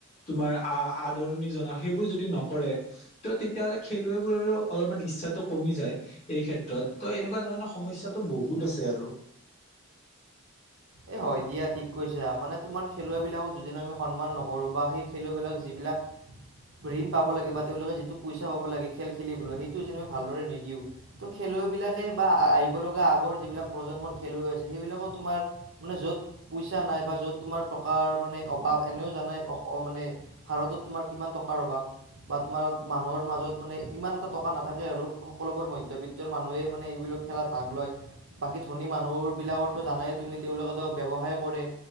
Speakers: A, on the left; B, on the right.
A: তোমা আ আদৰণি জনোৱা সেইবোৰ যদি নকৰে, ত তেতিয়াহলে খেলুৱৈবোৰৰো অলপমান ইচ্ছা ত কমি যায়, এই ক্ষেত্ৰত ত' এনেকুৱা ধৰণৰ সমস্যাটো বহুত আছে আৰু। <inaudible>
B: এ হয় দিয়া ঠিক কৈছা মানে তোমাৰ খেলুৱৈ বিলাকক যদি আমি সন্মান নকৰো বা সেই খেলুৱৈ বিলাক যিবিলাক <inaudible> ঋণ পাব লাগে বা তেওঁলোকে যিটো পইচা পাব লাগে খেল খেলিবলৈ সেইটো যেনেবা ভালদৰে নিদিওঁ, ত' খে খেলুৱৈবিলাকে বা আ আহিব লগা আগৰ যিবিলাক প্ৰজন্মৰ খেলুৱৈ আছে, সেইবিলাকো তোমাৰ মানে য'ত পইচা নাই বা য'ত তোমাৰ টকাৰ মানে অভাৱ এনেও জানাই অ মানে ভাৰতত তোমাৰ কিমান টকাৰ অভাৱ। বা তোমাৰ মানুহৰ মাজত মানে ইমান এটা টকা নাথাকে আৰু, সকলোবোৰ মধ্যবিত্তৰ মানুহে মানে এইবিল খেলাত ভাগ লয়, বাকি ধনী মানুহবিলাকৰটো জানাই তুমি তেওঁলোকেতো ব্যৱসায় কৰে।